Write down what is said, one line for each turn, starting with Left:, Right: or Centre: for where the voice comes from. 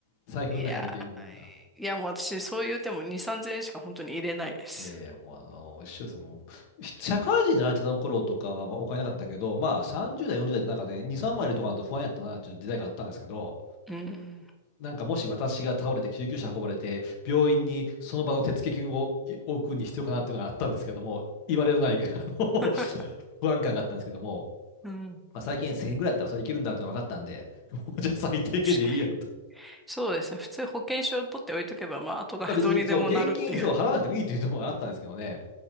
Left: 財布の中に現金が。
Centre: いやー、いやもう私、そう言うても2、3000円しか本当に入れないです。
Left: いやいや、もうあの、一緒です。もう、社会人になってたの頃とかは、まあ、お金なかったけど、まあ、30代、40代でなんかね、2、3いのとかだと不安やったな、っていう時代があったんですけど、
Centre: うん。
Left: なんかもし私が倒れて救急車運ばれて、病院にその場の手付金をい置くに必要かなっていうのがあったんですけども、言われのない、<laughs> あの、
Centre: <laughs>
Left: 不安感があったんですけども、
Centre: うん。
Left: まあ、最近1000円ぐらいだったらそれいけるんだっていうのが分かったんで、<laughs> もうじゃあ最低限でいいやと。
Centre: 確かに。そうですね。普通保険証をポッて置いとけば、まあ、後からどうにでもなるっていう。
Left: まあ別にそう、現金そう払わなくてもいいっていうのもあったんですけどね、